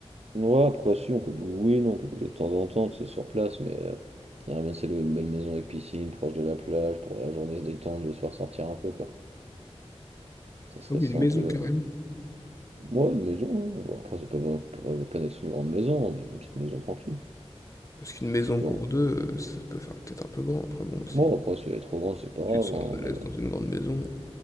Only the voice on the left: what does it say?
Ah oui,
une maison,
carrément.
Parce qu'une maison
pour deux, heu, ça peut faire peut-être un peu grand. Après bon, si
tu te sens
à
l'aise
dans une grande maison,